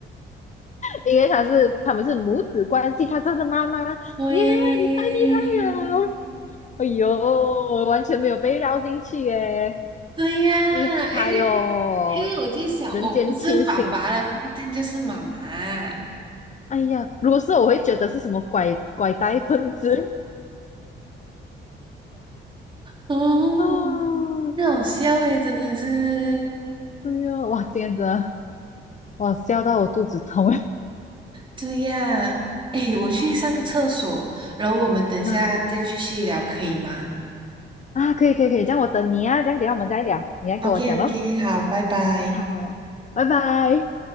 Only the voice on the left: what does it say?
因为他是他们是母子关系，他叫他妈妈，
耶，你太厉害了。哎呦，我完全没有被绕进去耶，
厉害哦，
人间清醒。
哎呀，如果是我会觉得是什么拐拐带分子
<laughs> 啊，
哎呦，哇，今天真的我笑到我肚子痛 <laughs>
啊
啊，可以可以可以，这样我等你啊，这样等一下我们再聊，你来给我讲咯。
好，拜拜。